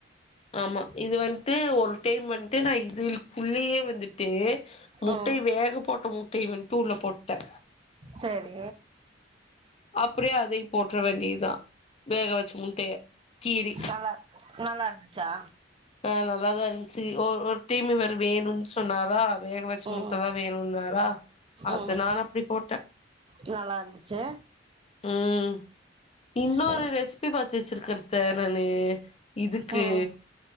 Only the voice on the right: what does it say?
ம்
சரி
நல்லாருக்கு நல்லா இருந்துச்சா
ம்
ம்
நல்லா இருந்துச்சு
சரி
ம்